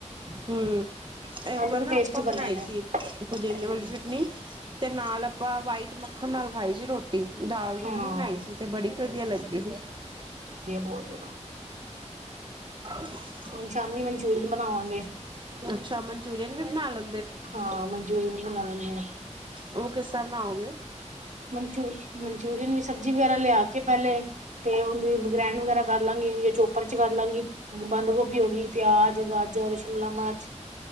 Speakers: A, on the right; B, on the right.
A: ਹਮ ਇੱਕ
B: ਆਲੂ
A: ਵਾਰ
B: ਵੀ
A: ਨਾ
B: ਟੇਸਟੀ
A: ਆਪਾਂ ਬਣਾਈ
B: ਬਣੇ ਨੇ
A: ਸੀ ਪੁਦੀਨੇ
B: ਹੂੰ
A: ਵਾਲੀ ਚਟਨੀ। ਤੇ ਨਾਲ ਆਪਾਂ ਵਾਈਟ ਮੱਖਣ ਨਾਲ ਖਾਈ ਸੀ ਰੋਟ ਦਾਲ ਦੁਲ
B: ਹਾਂ
A: ਨੀ ਬਣਾਈ ਸੀ ਤੇ ਬੜੀ ਵਧੀਆ ਲੱਗੀ ਸੀ।
B: ਹੋ ਜੇਗਾ।
A: ਹਾਂ
B: ਹੁਣ ਸ਼ਾਮੀ ਮਨਚੂਰਨ ਬਨਾਵਾਗੇ।
A: ਅੱਛਾ ਮਨਚੂਰੀਅਨ ਵੀ ਬਣਾ ਲੈਂ
B: ਹਾ ਮਨਚੂਰੀਅਨ ਵੀ ਬਣਾ ਲੈਨੇ ਹਾ।
A: ਉਹ ਕਿਸ ਤਰ੍ਹਾਂ ਬਣਾਓਗੇ।
B: ਮਨਚੂ ਮਨਚੂਰੀਅਨ ਵੀ ਸਬਜ਼ੀ ਵਗੈਰਾ ਲਿਆ ਕੇ ਪਹਿਲੇ ਤੇ ਉਹਨੂੰ ਵੀ ਗਰੈਂਡ ਵਗੈਰਾ ਕਰ ਲਾਂਗੀ <unintelligible> ਚੋਪਰ ਚ ਕਰ ਲਾਂਗੀ ਬੰਦ ਗੋਭੀ ਹੋ ਗਈ ਪਿਆਜ, ਗਾਜਰ, ਸ਼ਿਮਲਾ ਮਿਰਚ।